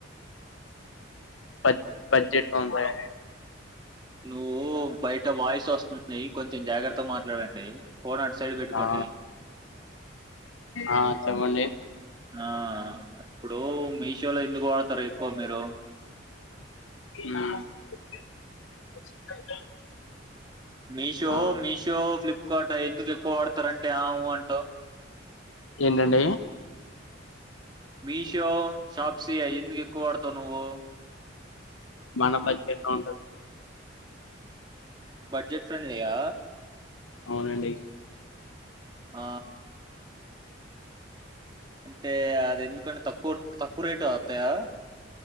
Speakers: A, on the left; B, on the right.
A: బడ్జె బడ్జెట్ గా ఉంటాయా
B: నువ్వు బయట వాయిస్ వస్తుంది కొంచెం జాగ్రత్త మాట్లాడండి ఫోన్ అటు సైడ్ పెట్టుకోండి
A: ఆ ఆ చెప్పండి
B: ఆ ఇప్పుడు మీషోలో ఎందుకు వాడతారు ఎక్కువ మీరు
A: మ్మ్ <inaudible>
B: మీషో
A: ఆ
B: మీషో ఫ్లిప్కార్ట్ ఎందుకు ఎక్కువ వాడతారంటే ఆవు అంటవ్
A: ఎందండి
B: మీషో షాప్సి అయి ఎందుకు ఎక్కువ వాడతావు నువ్వు
A: మన బడ్జెట్ లో ఉంటది
B: బడ్జెట్ ఫ్రెండ్లీయా
A: అవునండి
B: ఆ అంటే అది ఎందుకని తక్కువ తక్కువ రేటు అవుతాయా